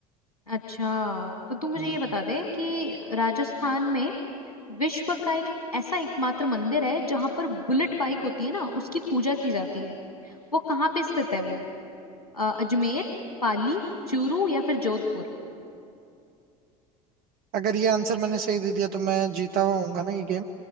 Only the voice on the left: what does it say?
अच्छा तो तू मुझे
ये बता दे कि राजस्थान में विश्व का एक ऐसा एकमात्र मंदिर है जहां पर बुलेट बाइक होती है ना उसकी पूजा की जाती है वो कहाँ पे स्थित है वो अ, अजमेर पाली चूरू या फिर जोधपुर